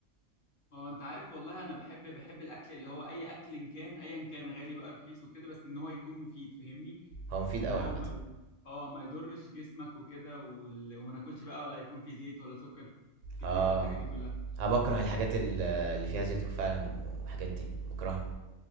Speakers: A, on the left (about 55°); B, on the right (about 90°).
A: اه انت عارف والله انا بحب بحب الاكل اللي هو اي اكل إن كان ايا كان غالي بقى رخيص وكده بس ان هو يكون مفيد فاهمني
B: هو مفيد
A: اللي
B: قوي
A: هو
B: عامة
A: ما ي- اه ما يضرش جسمك وكده وال... وما ناكلش بقى ولا يكون فيه زيت ولا سكر كتير
B: اه
A: ولا الحاجات دي كلها
B: انا بكره الحاجات ال- اللي فيها زيت وفعلا وحاجات دي بكرهها